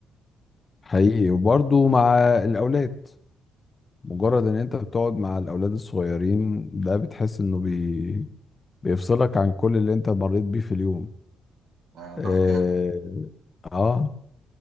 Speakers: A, on the left (about 30°); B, on the right (about 75°).
A: حقيقي وبرضه مع الاولاد مجرد ان انت بتقعد مع الاولاد الصغيرين ده بتحس انه بي... بيفصلك عن كل اللي انت مريت بيه في اليوم
B: آه،
A: اه,
B: دول حكايه
A: آه